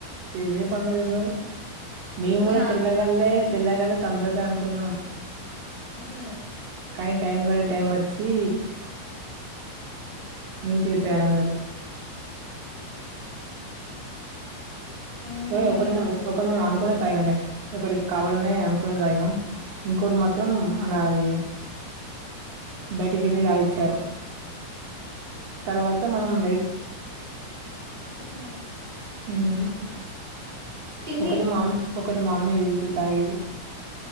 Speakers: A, on the right; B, in the centre.
A: చేసే పనులు తెలవదు మేము కూడా
B: నాకు
A: తెల్లగలే తెల్లగల థమ్స్ అప్ అనుకున్నాం
B: హ
A: కానీ టైం గాని టైం వచ్చి ముంచేసారు అందరూ
B: ఏమో
A: ఏ
B: నేను
A: ఒకటి మేము ఒకటి మేము అనుకునే తాగినంలే ఒకటి కావాలనే అనుకునే తాగినం ఇంకోటి మాత్రం మనఅది బయటికళ్ళి తాగిచ్చారు తర్వాత మనం మెరిట్
B: స
A: హ్మ్
B: పిన్ని
A: ఒకటి మామ్ ఒకటి మమ్మీ ఎలుసు తాగిది